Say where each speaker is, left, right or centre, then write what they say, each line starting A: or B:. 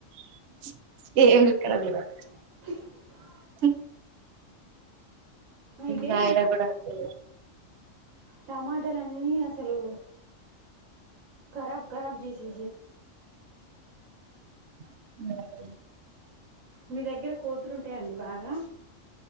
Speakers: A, on the right; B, on the right.
A: <unintelligible>
B: హా
A: అ
B: అయితే
A: నాయడ కూడా అ
B: టమ ట్టలన్నీ అసలు కరాబ్ కరాబ్ చేసి
A: <inaudible>
B: మీ దగ్గర కోతులుంటాయండి బాగా